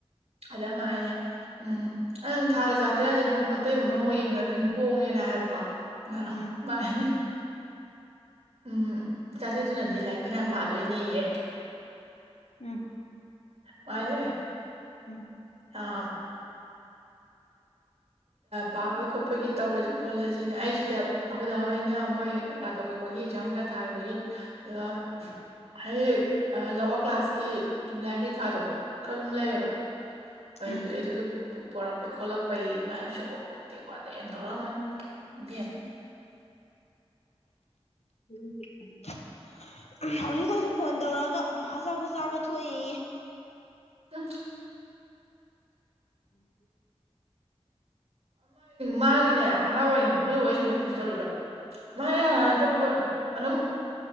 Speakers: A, on the right (about 70°); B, on the left (about 85°).
A: ꯑꯗ ꯑꯃ ꯍꯥꯏꯅꯦ ꯎꯝ ꯑ ꯊꯥꯗ ꯆꯥꯇ꯭ꯔꯦꯁꯦ ꯑꯗꯨꯝ ꯑꯇꯇꯩꯕ ꯃꯪꯒ ꯌꯦꯡꯅꯗꯤ ꯑꯗꯨꯝ ꯍꯣꯡꯉꯦꯅ ꯍꯥꯏꯕꯀꯣꯅꯤ
B: ꯎꯝ
A: ꯎꯝ ꯆꯥꯖꯦꯠꯇꯨꯅꯗꯤ ꯂꯥꯏꯔꯤꯛ ꯐꯅꯌꯥꯝ ꯄꯥꯗꯣꯏꯅꯤꯌꯦ
B: ꯎꯝ
A: ꯃꯥꯦ
B: ꯎꯝ
A: ꯑ ꯄꯥꯕ ꯈꯣꯠꯄꯒꯤ ꯇꯧꯔꯁꯤ ꯈꯣꯠꯂꯁꯤꯅꯦ ꯑꯩꯁꯤ ꯗ ꯑꯩꯈꯣꯏꯗ ꯍꯍꯣꯏꯅ ꯃꯣꯏ ꯀꯩꯀꯥ ꯇꯧꯈꯤꯕꯒꯤ ꯑꯦꯛꯖꯥꯝ ꯈꯔ ꯊꯥꯔꯤꯕꯒꯤ ꯑꯗꯨꯒ ꯑꯩ ꯂꯋꯥꯔ ꯀ꯭ꯂꯥꯁꯀꯤ ꯌꯨꯝꯂꯥꯏꯒꯤ ꯄꯩꯈꯥꯗꯣ ꯈꯔ ꯑꯗꯨꯝ ꯂꯩꯌꯦꯕ ꯑꯗꯨ
B: ꯎꯝ
A: ꯑꯗꯨꯗ ꯄꯣꯔꯛꯄꯩ ꯈꯣꯠꯂꯛꯄ ꯄꯩ ꯃꯥꯏ ꯁꯣꯛꯎꯄꯂꯀꯦꯀꯣ ꯑꯗ ꯑꯩꯅ ꯊꯧꯔꯛꯝꯃ ꯌꯦꯦꯝ
B: <inaudible> ꯍꯧꯖꯤꯛꯇꯛꯇꯁꯨꯛ ꯐꯣꯟ ꯇꯧꯔꯒ ꯑꯆꯥꯄ ꯆꯥꯕ ꯊꯣꯛꯏ
A: ꯑ
B: ꯎꯝ
A: ꯃꯥꯡꯉꯤꯅꯦ ꯑꯍꯥꯕꯅꯤ ꯅꯣꯏ ꯋꯥꯔꯤ ꯁ ꯀꯩꯁꯨ ꯇꯧꯔꯤꯕ ꯃꯥ ꯍꯥꯟ ꯑꯗꯨꯝ